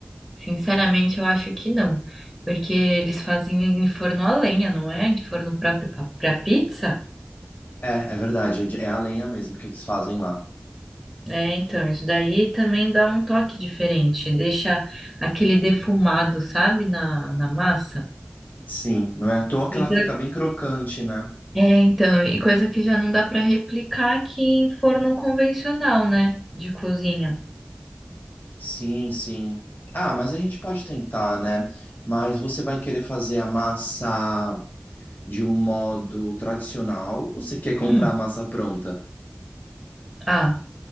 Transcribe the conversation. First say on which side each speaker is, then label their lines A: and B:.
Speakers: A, in the centre; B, on the left (about 50°).
A: Sinceramente, eu acho que não. Porque eles fazem em forno a lenha, não é? Em forno próprio pa- pra pizza.
B: é, é verdade, é de- é a lenha mesmo que eles fazem lá.
A: É, então, isso daí também dá um toque diferente. Deixa aquele defumado, sabe? Na, na massa.
B: Sim, não é à toa
A: Coisa-
B: que ela fica bem crocante, né?
A: É, então, e coisa que já não dá pra replicar aqui em forno convencional, né? De cozinha.
B: Sim, sim. Ah, mas a gente pode tentar, né? Mas você vai querer fazer a massa de um modo tradicional ou você quer comprar
A: Hum.
B: a massa pronta?
A: Ah.